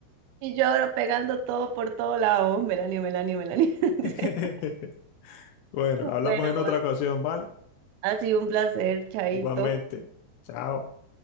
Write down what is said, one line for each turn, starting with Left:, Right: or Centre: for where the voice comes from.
Right: Y yo ahora pegando todo por todo lado. Melanie, Melanie, Melanie. <laughs>
Left: <laughs> Bueno, hablamos
Right: Bueno,
Left: en otra
Right: Mike,
Left: ocasión, ¿vale?
Right: ha sido un placer, Chaito.
Left: Igualmente. Chao.